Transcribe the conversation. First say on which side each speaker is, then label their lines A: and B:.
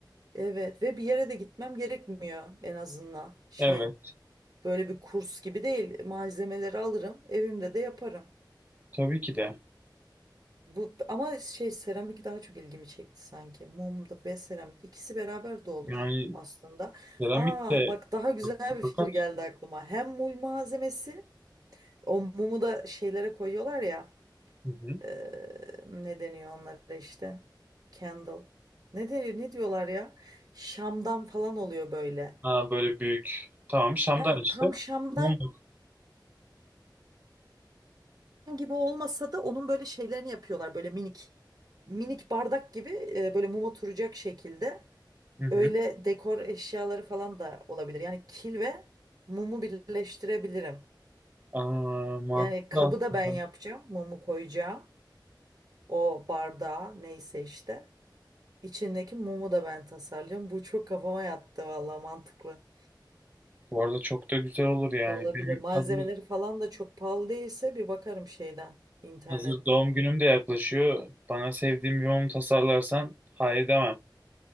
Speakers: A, on the right (about 50°); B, on the right (about 20°).
A: Evet ve bir yere de gitmem gerekmiyor en azından şey
B: Evet.
A: böyle bir kurs gibi değil malzemeleri alırım evimde de yaparım.
B: Tabii ki de.
A: Bu ama şey seramik daha çok ilgimi çekti sanki. Mum da ve seramik ikisi beraber de olur
B: Yani
A: aslında.
B: seramik
A: Aa
B: de
A: bak daha güzel bir
B: fakat
A: fikir geldi aklıma. Hem mum malzemesi O mumu da şeylere koyuyorlar ya.
B: Hı hı.
A: eee, ne deniyor onlara işte? Candle. Ne diyor, ne diyorlar ya? Şamdan falan oluyor böyle.
B: Aa, böyle büyük. Tamam şamdan
A: Heh,
B: işte.
A: tam şamdan
B: Mumluk.
A: gibi olmasa da onun böyle şeylerini yapıyorlar böyle minik. Minik bardak gibi e, böyle mum oturacak şekilde.
B: Hı hı.
A: Öyle dekor eşyaları falan da olabilir. Yani kil ve mumu birleştirebilirim.
B: Aa, mantıklı
A: Yani kabı
B: aslında.
A: da ben yapacağım. Mumu koyacağım. O bardağa neyse işte. İçindeki mumu da ben tasarlıyorum. Bu çok kafama yattı valla mantıklı.
B: Bu arada çok da güzel olur yani.
A: Olabilir.
B: Benim
A: Malzemeleri
B: hazır,
A: falan da çok pahalı değilse bir bakarım şeyden, internetten.
B: hazır doğum günüm de yaklaşıyor. Bana sevdiğim bir mum tasarlarsan hayır demem.